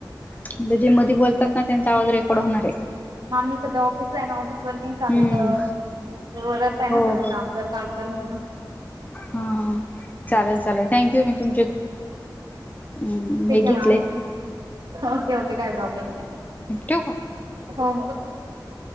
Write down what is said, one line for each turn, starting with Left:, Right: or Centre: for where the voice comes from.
Left: आहे जे मधी बोलतात ना त्येंचा आवाज रेकॉर्ड होणार. आहे
Right: मामी सध्या ऑफिसला आहे ना, ऑफिस वर्किंग चालू
Left: हम्म
Right: आहेत ते वरच आहे
Left: हो
Right: ना सर्व कामगार कामगार म्हणून?
Left: हां चालेल चालेल थँक यू मी तुमचे हम्म म्या
Right: ठीक आहे
Left: घेतलंय.
Right: मॅम ओके ओके काय प्रॉब्लेम
Left: ठेवू का
Right: हो हो